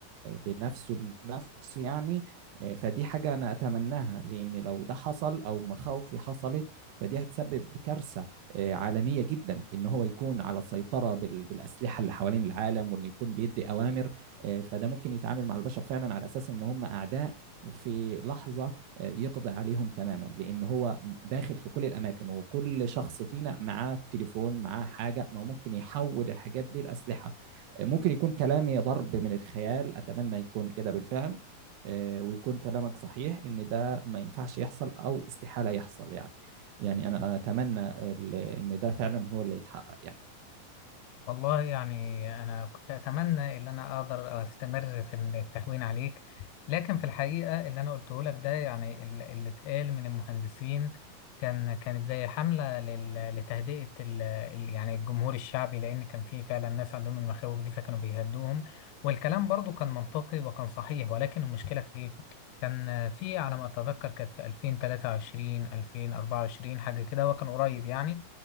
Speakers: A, on the right; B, on the left.
A: بنفسه لنفسه يعني آه، فدي حاجة أنا أتمناها لأن لو ده حصل أو مخاوفي حصلت فدي هتسبب كارثة آه، عالمية جدا إن هو يكون على سيطرة بال- بالأسلحة اللي حوالين العالم وإنه يكون بيدي أوامر آه، فده ممكن يتعامل مع البشر فعلا على أساس إن هم أعداء وفي لحظة آه، يقضي عليهم تماما لأن هو داخل في كل الأماكن وكل شخص فينا معاه تليفون معاه حاجة ما هو ممكن يحول الحاجات دي لأسلحة آه، ممكن يكون كلامي ضرب من الخيال أتمنى يكون كده بالفعل آه، ويكون كلامك صحيح ان ده ما ينفعش يحصل او استحالة يحصل يعني يعني انا اتمنى ال- ان ده فعلا هو اللي يتحقق يعني
B: والله يعني أنا كنت أتمنى إن أنا أقدر أستمر في التهوين عليك لكن في الحقيقة اللي أنا قلته لك ده يعني ال- اللي اتقال من المهندسين كان كانت زي حملة لل- لتهدئة ال- ال- يعني الجمهور الشعبي لأن كان في فعلا ناس عندهم المخاوف دي فكانوا بيهدوهم والكلام برضو كان منطقي وكان صحيح ولكن المشكلة في إيه؟ كان في على ما أتذكر كانت في 2023 2024 حاجة كده وكان قريب يعني